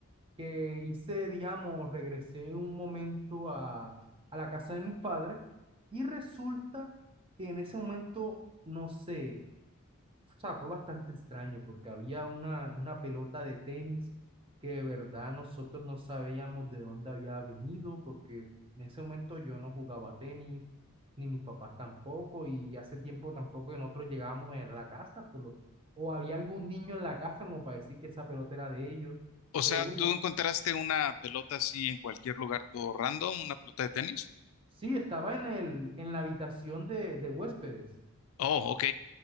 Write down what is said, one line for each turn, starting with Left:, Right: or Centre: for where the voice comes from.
Right: que hice, digamos, regresé un momento a, a la casa de mis padres y resulta que en ese momento, no sé, o sea, fue bastante extraño porque había una, una pelota de tenis que de verdad nosotros no sabíamos de dónde había venido porque en ese momento yo no jugaba tenis, ni mis papás tampoco, y hace tiempo tampoco que nosotros llegábamos a la casa, por lo, o había algún niño en la casa como para decir que esa pelota era de ellos,
Left: O sea,
Right: pero bueno,
Left: ¿tú encontraste una pelota así en cualquier lugar, todo random, una pelota de tenis?
Right: sí, estaba en el, en la habitación de, de huéspedes.
Left: Oh, ok.